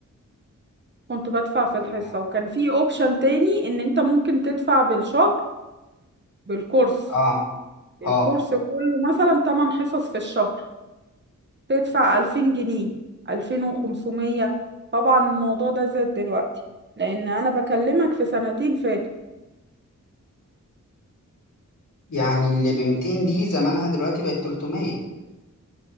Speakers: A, on the right; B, on the left.
A: كنت بدفع في
B: بال-
A: الحصه وكان في اوبشن تاني ان انت ممكن تدفع بالشهر بالكورس
B: اه
A: الكورس
B: اه
A: كله مثلا 8 حصص في الشهر تدفع 2000 جنيه 2500 طبعا الموضوع ده زاد دلوقتي لان انا بكلمك في سنتين فاتوا
B: يعني اللي ب 200 دي زمانها دلوقتي بقت 300